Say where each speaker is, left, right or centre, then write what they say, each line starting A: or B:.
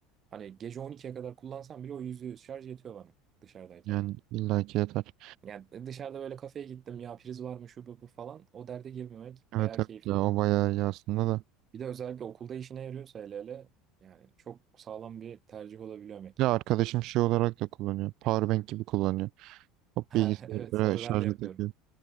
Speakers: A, on the right; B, on the right.
A: Hani gece on ikiye kadar kullansam bile o %100 şarj yetiyor bana dışarıdayken.
B: Yani illaki yeter.
A: Yani dışarıda böyle kafeye gittim ya priz var mı şu bu bu falan o derde girmemek
B: Evet
A: bayağı
B: evet
A: keyifli.
B: ya o bayağı iyi aslında da.
A: Bir de özellikle okulda işine yarıyorsa hele hele yani çok sağlam bir tercih olabiliyor Mac.
B: Ya
A: <laughs>
B: arkadaşım şey olarak da kullanıyor. Powerbank gibi kullanıyor. Hop
A: Ha,
B: bilgisayara
A: evet onu
B: şarja
A: ben de yapıyorum.
B: takıyor.